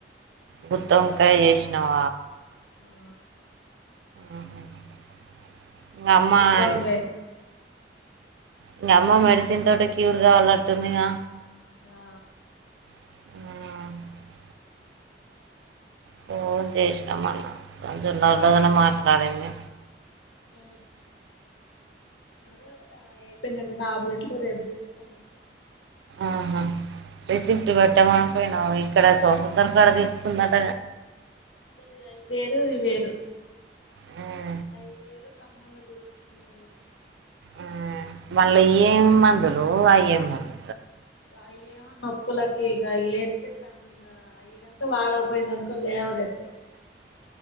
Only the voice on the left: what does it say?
ఆ
గుత్తొంకాయ
ఆ
ఆ అదే అయిపోయిందంట టాబ్లెట్లు రేపు తీసుకోని
రి అయి వేరు ఈ వేరు
<unintelligible>
అయ్యేమో నొప్పులకి ఇక ఏతే కన్న ఇ అయ కనుక వాడకపోయిందనుకో లేవ లే ఎక్కు